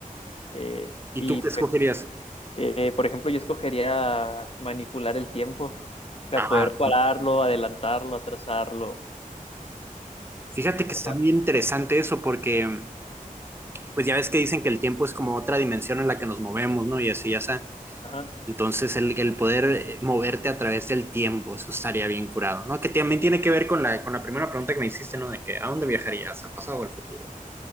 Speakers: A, on the left; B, on the right.
A: eh,
B: ¿Y
A: y
B: tú qué
A: por,
B: escogerías?
A: ej- eh, por ejemplo yo escogería manipular el tiempo, o sea,
B: Ajá.
A: poder pararlo, adelantarlo, atrasarlo
B: Fíjate
A: y
B: que
A: todo.
B: está bien interesante eso porque pues ya ves que dicen que el tiempo es como otra dimensión en la que nos movemos, ¿no? Y así ya está.
A: Ajá,
B: Entonces, el, el poder eh, moverte a través del tiempo, eso estaría bien curado, ¿no? Que también tiene que ver con la, con la primera pregunta que me hiciste, ¿no? De que, ¿a dónde viajarías? ¿Al pasado o al futuro?